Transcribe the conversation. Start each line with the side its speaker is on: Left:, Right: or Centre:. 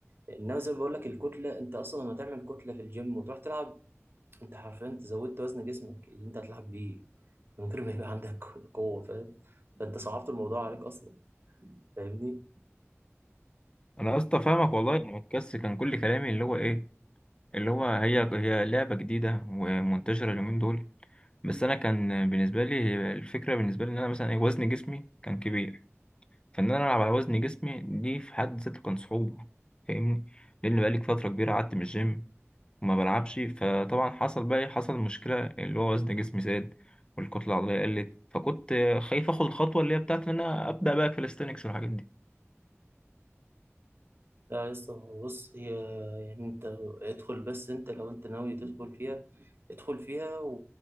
Right: انما زي ما بقول لك الكتلة انت اصلا لما تعمل كتلة في الجيم وتروح تلعب انت حرفيا انت زودت وزن جسمك اللي انت هتلعب بيه من غير ما يبقى عندك <laughs> قوة فاهم ده انت صعبت الموضوع عليك اصلا فاهمني
Left: انا يا اسطى فاهمك والله انا بتكس كان كل كلامي اللي هو ايه اللي هو هي هي لعبه جديده ومنتشره اليومين دول بس انا كان بالنسبه لي الفكره بالنسبه لي ان انا مثلا إيه، وزن جسمي كان كبير فان انا العب على وزن جسمي دي في حد ذاته كان صعوبه فاهمني لان بقالي فتره كبيره قعدت من الجيم وما بلعبش فطبعا حصل بقى إيه؟ حصل مشكله اللي هو وزن جسمي زاد والكتله العضليه قلت فكنت خايف اخد الخطوه اللي هي بتاعت ان انا ابدا بقى كاليستانكس والحاجات دي
Right: لا يا اسطى هو بص هي يعني انت ادخل بس انت لو انت ناوي تدخل فيها ادخل فيها و...